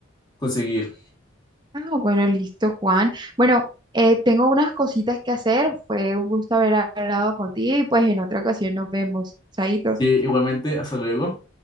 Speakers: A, on the left (about 20°); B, on the right (about 20°).
A: conseguir.
B: Ah, bueno, listo, Juan. Bueno, eh, tengo unas cositas que hacer. Fue un gusto haber hablado contigo y pues en otra ocasión nos vemos. Chaito.
A: Sí, igualmente, hasta luego.